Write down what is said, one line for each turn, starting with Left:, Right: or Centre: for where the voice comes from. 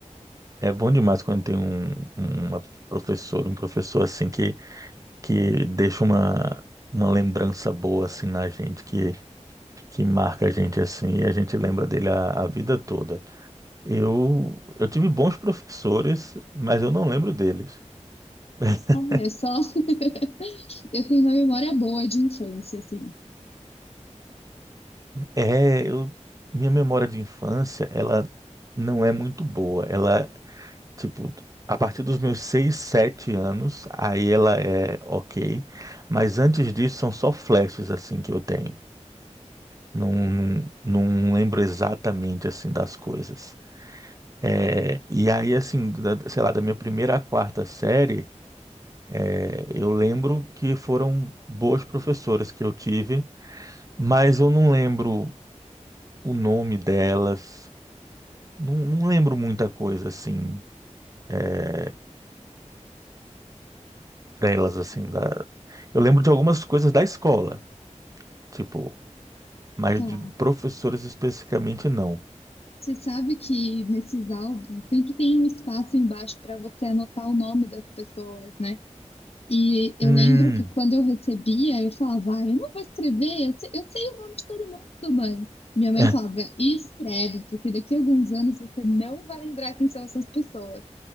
Right: é bom demais quando tem um, uma professora, um professor assim que, que deixa uma, uma lembrança boa assim na gente, que que marca a gente assim e a gente lembra dele a, a vida toda. Eu, eu tive bons professores, mas eu não lembro deles. <laughs>
Left: Olha só, <laughs> eu tenho uma memória boa de infância, assim.
Right: É, eu, minha memória de infância, ela não é muito boa. Ela, tipo, a partir dos meus seis sete anos, aí ela é ok, mas antes disso são só flashes assim que eu tenho. Não, não, não lembro exatamente assim das coisas. É, e aí, assim, da- sei lá, da minha primeira à quarta série, É, Eu lembro que foram boas professoras que eu tive, mas eu não lembro o nome delas, não, não lembro muita coisa assim, é, delas assim, da... Eu lembro de algumas coisas da escola, tipo, mas
Left: Tá.
Right: de professores especificamente não.
Left: Você sabe que nesses álbuns sempre tem um espaço embaixo para você anotar o nome das pessoas, né? E eu
Right: Hum,
Left: lembro que quando eu recebia, eu falava, ah, eu não vou escrever, eu sei, eu sei o nome de todo mundo, mãe. Minha mãe
Right: é,
Left: falava, escreve, porque daqui a alguns anos você não vai lembrar quem são essas pessoas.